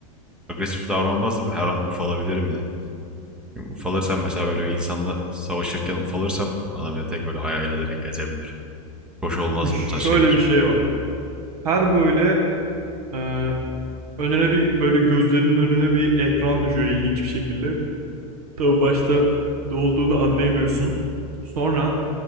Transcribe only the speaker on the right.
Şimdi şöyle
bir şey var. Her böyle ee, önüne bir böyle gözlerinin önüne bir ekran düşüyor ilginç bir şekilde. Tabi başta ne olduğunu anlayamıyorsun. Sonra